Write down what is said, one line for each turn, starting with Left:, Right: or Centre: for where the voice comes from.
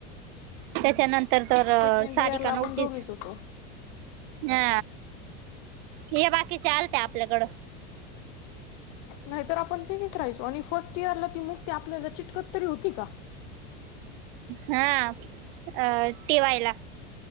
Right: त्याच्यानंतर तर
Left: सेकंड
Right: सारिका
Left: इयरला आपण
Right: नव्हतीच.
Left: दोघीच होतो.
Right: हा हे बाकी चालत आपल्याकडं.
Left: नाहीतर आपण तिच राहतो आणि फर्स्ट इयरला ती मुक्ती आपल्याला चिटकत तरी होती का?
Right: हा अ ठेवायला